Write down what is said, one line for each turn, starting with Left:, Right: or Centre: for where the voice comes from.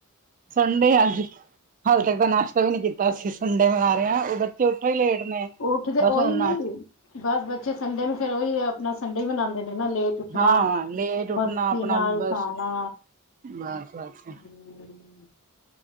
Right: ਸੰਡੇ ਅਜ, ਹਲੇ ਤੱਕ ਤਾਂ ਨਾਸ਼ਤਾ ਵੀ ਨੀ ਕੀ ਤਾ, ਅਸੀ ਸੰਡੇ ਮਨਾ ਰਹੇ ਆ, ੳਹ ਬੱਚੇ ਉੱਠੇ ਈ ਲੇਟ ਨੇ।
Left: ਉਠਦੇ,
Right: ਬਸ
Left: ਓਹੀ
Right: ਹੁਣ
Left: ਨੀ,
Right: ਨਾਸ਼
Left: ਬਸ ਬੱਚੇ ਸੰਡੇ ਨੂੰ ਫੇਰ ੳਹੀ ਅਪਣਾ ਸੰਡੇ ਈ ਮਨਾਦੇ ਨੇ ਨਾ ਲੇਟ ਉਠਨਾ,
Right: ਹਾਂ ਲੇਟ ਉੱਠਣਾ
Left: ਮਸਤੀ
Right: ਆਪਣਾ
Left: ਨਾਲ
Right: ਬਸ
Left: ਖਾਨਾ,
Right: ਬਸ ਬਸ
Left: ਹੂੰ।